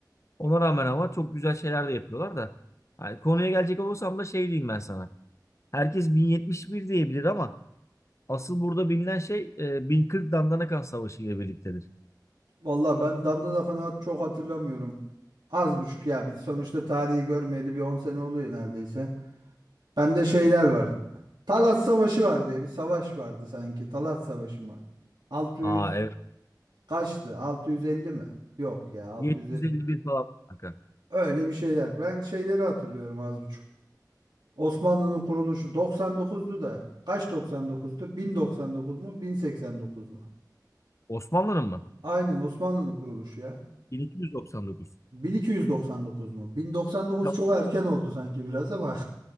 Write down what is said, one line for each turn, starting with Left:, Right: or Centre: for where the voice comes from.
Left: Ona rağmen ama çok güzel şeyler de yapıyorlar da. Hani konuya gelecek olursam da şey diyeyim ben sana. Herkes 1071 diyebilir ama Asıl burada bilinen şey e, 1040 Dandanakan Savaşı ile birliktedir.
Right: vallahi ben Dandanakan'ı çok hatırlamıyorum. Az buçuk ya. Biz sonuçta tarihi görmeyeli bir 10 sene oluyor neredeyse. Bende şeyler var. Talat Savaşı var diye bir savaş vardı sanki. Talat Savaşı mı? 600
Left: Aa evet.
Right: kaçtı? 650 mi? Yok ya 600.
Left: 751 falan kanka.
Right: Öyle bir şeyler. Ben şeyleri hatırlıyorum az buçuk. Osmanlı'nın kuruluşu 99'du da. Kaç 99'du? 1099 mu? 1089 mu?
Left: Osmanlı'nın mı?
Right: Aynen Osmanlı'nın kuruluşu ya.
Left: 1299.
Right: 1299 mu? 1099
Left: Tamam,
Right: çok erken oldu sanki biraz ama.